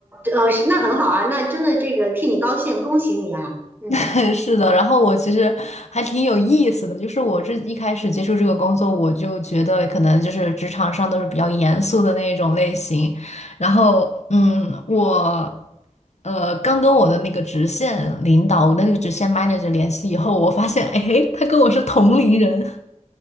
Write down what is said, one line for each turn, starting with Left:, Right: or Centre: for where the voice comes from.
Right: 呃，那很好啊，那真的这个替你高兴，恭喜你啊。嗯，
Left: <laughs> 是的，然后我其实还挺有意思的，就是我这一开始接触这个工作，我就觉得可能就是职场上都是比较严肃的那一种类型，然后嗯，我呃刚跟我的那个直线领导，我的那个直线 manager 联系以后，我发现哎，他跟我是同龄人。<laughs>